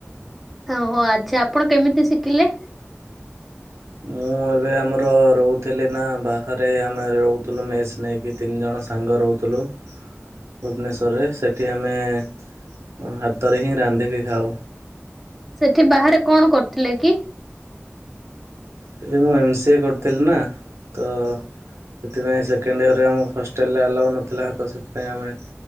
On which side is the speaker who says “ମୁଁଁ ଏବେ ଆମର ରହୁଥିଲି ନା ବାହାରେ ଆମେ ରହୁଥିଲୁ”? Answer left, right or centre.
Right